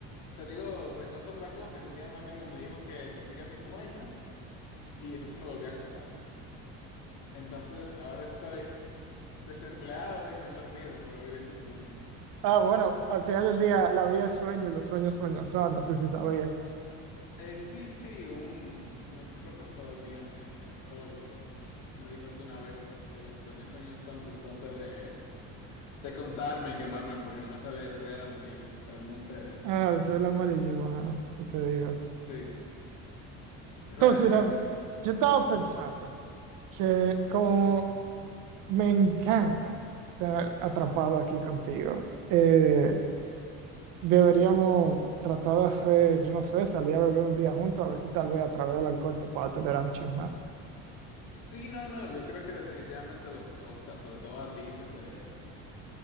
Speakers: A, on the left; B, on the right.
A: te digo, te cuento otra cosa, que un día un amigo me dijo que persiga mis sueños y entonces me volví a acostar. Entonces ahora estoy <laughs> desempleado y bien dormido, pero viviendo un sueño.
B: Ah, bueno, al final del día, la vida es sueño y los sueños sueños son, no sé si sabía.
A: Eh, sí, sí, un, una- un profesor mío, eh, alcohólico, me dijo eso una vez, que los sueños sueños son justo antes de, de contarme y quemarme porque no me sabía la historia del amarillo. Realmente,
B: Ah, esto es el amarillo, mano, ¿qué te digo?
A: sí, realmente.
B: Entonces, mira, yo estaba pensando que como me encanta estar atrapado aquí contigo, eh, deberíamos tratar de hacer, yo no sé, salir a beber un día juntos, a ver si tal vez a través del alcohol te pueda tolerar un chisme.
A: Sí, no, no, yo creo que definitivamente los dos, o sea, sobre todo a ti se te...